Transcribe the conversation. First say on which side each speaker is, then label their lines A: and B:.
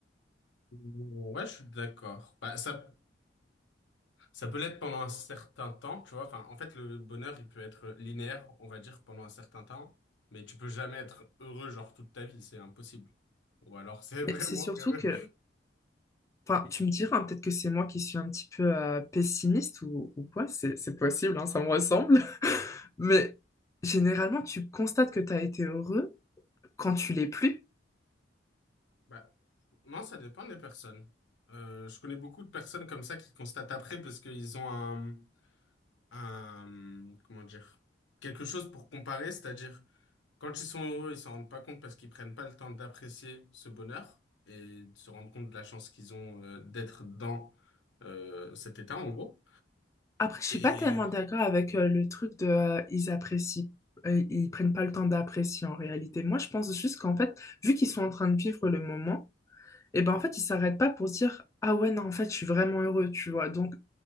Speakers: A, on the left (about 85°); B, on the left (about 15°).
A: Ouais, je suis d'accord. Bah, ça, ça peut l'être pendant un certain temps, tu vois. Enfin, en fait, le bonheur, il peut être linéaire, on va dire, pendant un certain temps, mais tu peux jamais être heureux, genre, toute ta vie, c'est impossible. Ou alors, c'est <laughs>
B: Mais
A: vraiment
B: c'est surtout
A: que...
B: que, enfin,
A: Oui.
B: tu me diras, hein, peut-être que c'est moi qui suis un petit peu euh, pessimiste ou, ou quoi, c'est c'est possible, hein, ça me ressemble. <laughs> Mais généralement, tu constates que tu as été heureux quand tu l'es plus.
A: Bah, non, ça dépend des personnes. Euh, je connais beaucoup de personnes comme ça qui constatent après parce qu'ils ont un, un, comment dire, quelque chose pour comparer, c'est-à-dire Quand ils sont heureux, ils s'en rendent pas compte parce qu'ils prennent pas le temps d'apprécier ce bonheur et de se rendre compte de la chance qu'ils ont euh, d'être dans euh, cet état, en gros.
B: Après, je suis
A: Et
B: pas tellement d'accord avec euh, le truc de euh, ils apprécient, euh, ils prennent pas le temps d'apprécier en réalité. Moi, je pense juste qu'en fait, vu qu'ils sont en train de vivre le moment, et ben en fait, ils s'arrêtent pas pour se dire ah ouais, non, en fait, je suis vraiment heureux, tu vois. Donc,